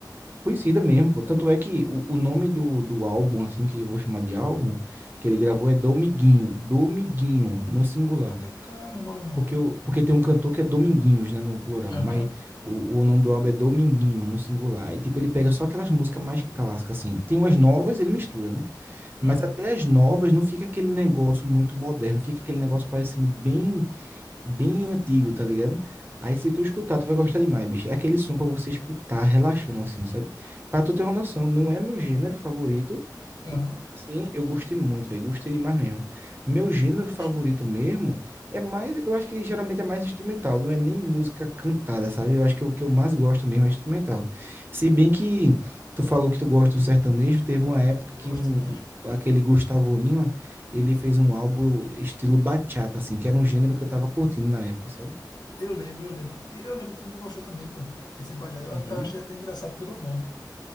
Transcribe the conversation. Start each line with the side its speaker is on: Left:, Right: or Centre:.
Right: conhecida mesmo, pô. Tanto é que o, o nome do, do álbum, assim, que eu vou chamar de álbum, que ele gravou é Domiguinho, Domiguinho, no singular.
Left: Eita caramba, meu irmão.
Right: Porque, o- porque tem um cantor que é Dominguinhos, né, no plural,
Left: Aham.
Right: mas o, o nome do álbum é Dominguinho, no singular. E, tipo, ele pega só aquelas músicas mais clássicas, assim. Tem umas novas, ele mistura, né? Mas
Left: Aham.
Right: até as novas não fica aquele negócio muito moderno, fica aquele negócio parecendo bem bem antigo, tá ligado? Aí se tu escutar, tu vai gostar demais, bicho. É aquele som pra você escutar relaxando, assim, sabe? Pra tu ter uma noção, não é meu gênero favorito,
Left: Aham.
Right: mas mesmo assim, eu gostei muito, velho. Gostei demais mesmo. Meu gênero
Left: Poxa.
Right: favorito mesmo é mais, eu acho que geralmente é mais instrumental, não é nem música cantada, sabe? Eu acho que o que eu mais gosto mesmo é instrumental. Se bem que tu falou que tu gosta do sertanejo, teve uma época
Left: Gosto
Right: que um,
Left: de sertanejo.
Right: aquele Gustavo Lima ele fez um álbum estilo bachata, assim, que era um gênero que eu tava curtindo na época, sabe?
Left: Eu lembro, eu lembro. Eu lembro que tu me mostrou também, pô, esse badeado. Eu,
Right: Uhum.
Left: eu achei até engraçado pelo nome,